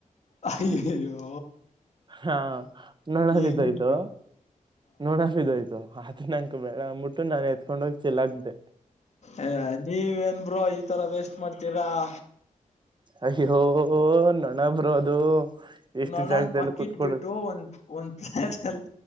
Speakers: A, on the left (about 55°); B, on the right (about 35°).
A: ಅಯ್ಯಯ್ಯೋ
B: ಹಾ ನೊಣ ಬಿದ್ದೋಯ್ತು
A: ಎಂಗಿ ಬಿಟಾ
B: ನೊಣ ಬಿದಾಯ್ತು ಆದ ನಂಕ ಬೇ ಅಂದ್ಬಿಟ್ಟು ನಾನನ್ ಎತ್ಕೊಂಡೋಗಿ ಚಲ್ಲಾಕ್ದೆ
A: ಅಯ ನೀವೇನ್ಬ್ರೋ ಈ ತರ ವೇಸ್ಟ್ ಮಾಡ್ತೀರಾ <inaudible>
B: ಅಯ್ಯ್ಯೋ ನಣ ಬರೋದು ಎಷ್ಟು
A: ನೊಣನ್
B: ಜಾಗದಲ್ಲಿ
A: ಪಕ್ಕಿಟ್
B: ಕುೂತ್ಕೊಳ್ಳ
A: ಬಿಟ್ಟು ಒಂದ್ ಒಂದ್ ಪ್ಲೇಟ್ಲ್ಲಿ